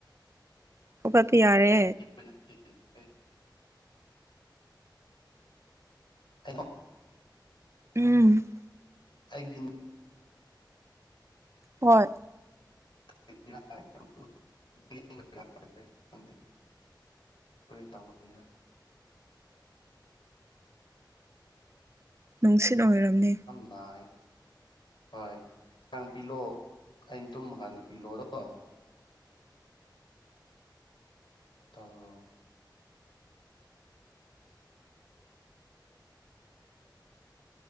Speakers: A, on the right; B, on the left.
A: ꯑꯣꯄꯥꯄ ꯌꯥꯔꯦ
B: <inaudible> ꯊꯅꯣ
A: ꯎꯝ
B: ꯑꯩꯒꯤ
A: ꯍꯣꯏ
B: <inaudible> ꯌꯥꯗ꯭ꯔꯦ ꯈꯪꯗꯦ ꯀꯔꯤ ꯇꯧꯕꯒꯤꯔ
A: ꯅꯨꯡꯁꯤꯠ ꯑꯣꯏꯔꯝꯅꯤ
B: ꯥꯏ ꯍꯣꯏ ꯅꯪ ꯄꯤꯂꯛꯑꯣ ꯑꯩꯅ ꯇꯨꯝꯃ ꯀꯥꯟꯗ ꯄꯤꯂꯛꯑꯣꯗꯣ ꯇꯧꯔꯣ